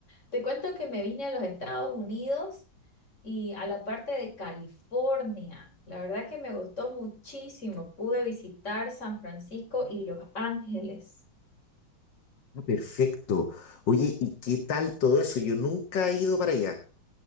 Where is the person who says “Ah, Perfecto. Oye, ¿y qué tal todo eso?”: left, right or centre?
Left